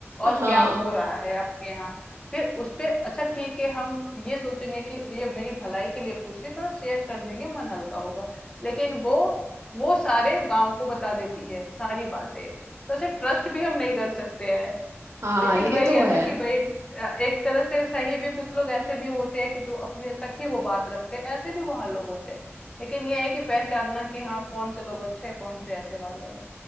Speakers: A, on the left (about 20°); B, on the right (about 80°).
A: और
B: हाँ
A: क्या हो रहा है आपके यहाँ फिर उस पे अच्छा ठीक है हम ये सोचेंगे कि ये मेरी भलाई के लिए पूछ रही है, थोड़ा शेयर कर देंगे मन हल्का होगा लेकिन वो वो सारे गांव को बता देती है सारी बातें तो ऐसे ट्रस्ट भी हम नहीं कर सकते हैं
B: हाँ
A: लेकिन
B: ये
A: वही
B: तो
A: है
B: है
A: ना कि भाई अ, एक तरह से सही भी कुछ लोग ऐसे भी होते हैं कि जो अपने तक ही वो बात रखते हैं ऐसे भी वहां लोग होते हैं लेकिन ये है कि पहचानना कि हाँ कौन से लोग अच्छे हैं कौन से ऐसे वाले हैं